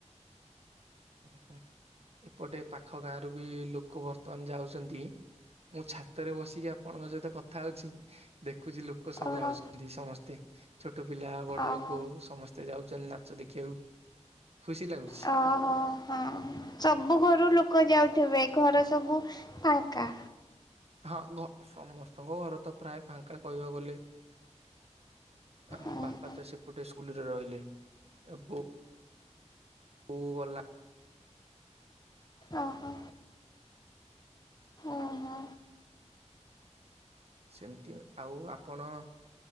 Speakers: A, on the right; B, on the left.
A: ଓ ହୁଁ ଏପଟେ ପାଖ ଗାଁରୁ ବି ଲୋକ ବର୍ତ୍ତମାନ ଯାଉଛନ୍ତି ମୁଁ ଛାତରେ ବସିକି ଆପଣଙ୍କ ସହିତ କଥା ଅଉଛି ଦେଖୁଛି ଲୋକ ସବୁ
B: ଓହୋ
A: ଯାଉଛନ୍ତି ସମସ୍ତେ ଛୋଟ ପିଲା ବଡ
B: ଓହୋ।
A: ଲୋକ ସମସ୍ତେ ଯାଉଛନ୍ତି ନାଚ ଦେଖିବାକୁ, ଖୁସି ଲାଗୁଛି।
B: ଓହୋ ହଁ ସବୁ ଘରୁ ଲୋକ ଯାଉଥିବେ ଘର ସବୁ ଫାଙ୍କା
A: ହଁ ସମସ୍ତଙ୍କ ଘର ତ ପ୍ରାୟ ଫାଙ୍କା କହିବାକୁ ଗଲେ ଆ
B: ଓହୋ
A: ବାପା ତ ସେପଟେ ସ୍କୁଲରେ ରହିଲେ ଏବଂ ଓ ଗଲା
B: ଓହୋ ଓହୋ
A: ସେମତି ଆଉ ଆପଣ